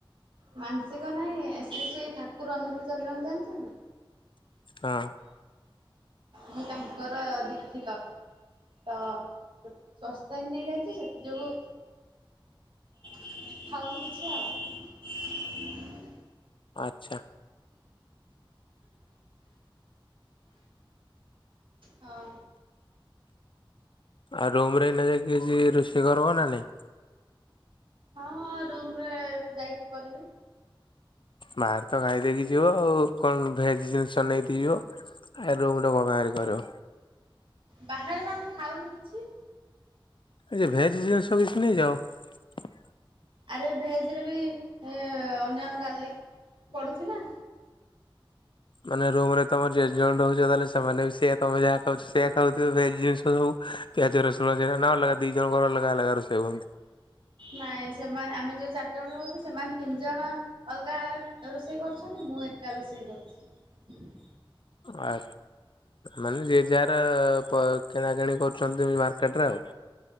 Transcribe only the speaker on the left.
ହଁ।
ଆଚ୍ଛା।
ଆଉ ରୁମ ରେ ନ ଯାଇକି କିଛି ରୋଷେଇ କରିବ ନା ନାଇଁ।
ବାହାର ତ ଖାଇ ଦେଇେକି ଯିବ ଆଉ କଣ ଭେଜ ଜିନିଷ ନେଇ ପିଇବ ଖାଇଦେବ କଣ ଆଣି କରିବ।
ଏ ଯୋଉ ଭେଜ ଜିନିଷ କିଛି ନେଇଯାଅ।
ମାନେ ରୁମ ରେ ତମର ଯେତେ ଜଣ ରହୁଛ ତାହେଲେ ସେମାନେ ବି ସେୟା ତମେ ଯାହା ଖାଉଛ ସେୟା ଖାଉଥିବ ଭେଜ ଜିନିଷ ସବୁ ପିଆଜ ରସୁଣ ଯେଗାନା ଅଲଗା ଦି ଜଣଙ୍କର ଅଲଗା ଅଲଗ ରୋଷେଇ ହବ।
ଆ ମାନେ ଯିଏ ଯାହାର ପ କିଣାକିଣି କରୁଛନ୍ତି ମାର୍କେଟରେ ଆଉ।